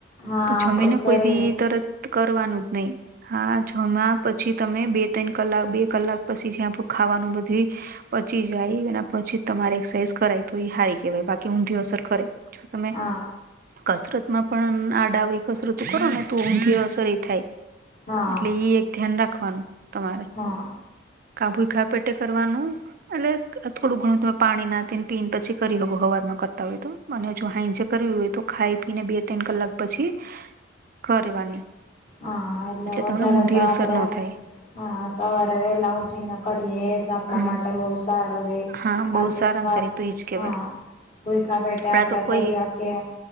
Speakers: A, on the left; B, on the right.
A: હા
B: તો જમિને
A: આપડું શરીર
B: કોઈ દી તર કરવાનું જ નહી હા જમ્યા પછી તમે બે ત્રણ કલાક બે કલાક પછી જ્યા આપું ખાવાનું બધું પછી જાય એના પછી તમારે એક્સરસાઝ કરાય તો એ સારી કેહેવાય બાકી ઊંધી અસર કરે જો તમે
A: હા
B: કસરત પણ આ ડાવરી કસરત કરો ને તો ઊઘી અસર એ થાય
A: હા
B: એટલે એક ધ્યાન રાખવાનું તમારે
A: હમ
B: કા ભુઈ ખા પેટે કરવાનું એટલે થોડું ઘણું તમે પાણી નાને પીને પછી કરી શકો હવાર માં કરતા હોય તો. અને જો હાઇજે કરવી હોય તો ખાઈ વીને બે ત્રન કલાક પછી કરવાની
A: હા એટલે વધારે
B: તમને ઊંધી
A: તો
B: અસર
A: આપડે
B: ન થાય
A: હા સવારે વેલા ઉઠીને કરીએ એજ આપણા
B: હમ
A: માટે બહું સારું રે
B: હા બહુ
A: આપણું
B: સારામાં
A: સ્વાદ
B: સારી તો એજ કેહેવાય
A: હા ભોઈકા પેટે
B: આપડા
A: આપડે
B: તો કોઈ
A: કરી શકીએ